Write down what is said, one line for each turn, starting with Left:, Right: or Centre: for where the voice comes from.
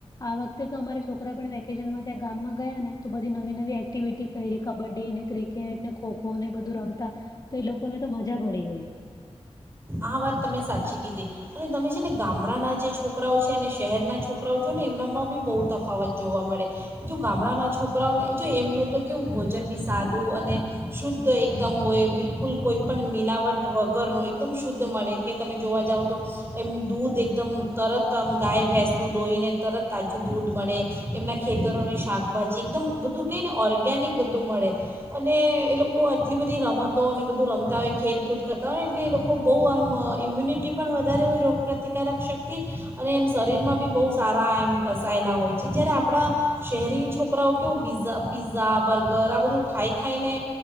Left: આ વખતે તો અમારા છોકરા પણ વેકેશનમાં ત્યાં ગામમાં ને, તો બધી નવી નવી એક્ટિવિટી કઈ ર કબડ્ડી ને, ક્રિકેટ ને, ખોખો ને, એ બધું રમતા તો એ લોકો ને, તો મજા પડી ગઈ.
Right: આ વાત તમે સાચી કીધી. અને તમે છે ને, ગામડાના જે છોકરાઓ છે, અને શહેરના છોકરાઓ છો ને, એમનામાં બી બહુ તફાવત જોવા મળે. જો ગામડાના છોકરાઓને, જો એમનું તો કેવું ભોજન બી સાદું અને શુદ્ધ એકદમ હોય, બિલકુલ, કોઈ પણ મિલાવટ વગરનું એકદમ શુધ શુદ્ધ મળે કે, તમે જોવા જાવ તો એમ દૂધ એકદમ તરત આમ ગાય-ભેંસનું દોઈને તરત તાજું દૂધ મળે. એમના ખેતરોની શાકભાજી એકદમ બધું કેય ને, ઓર્ગેનિક બધું મળે. અને એ લોકો આટલી બધી રમતો, અને બધું રમતા હોય, ખેલકૂદ કરતા હોય, એટલે એ લોકો બહુ આમ ઇમ્યુનિટી પણ વધારે રોગપ્રતિકારક શક્તિ અને એમ શરીરમાં બી બહુ સારા એમ કસાયેલા હોય છે, જ્યારે આપણા શહેરી છોકરાઓ કેવું બીઝા પીઝા, બર્ગર આ બધું ખાઈ ખાઈને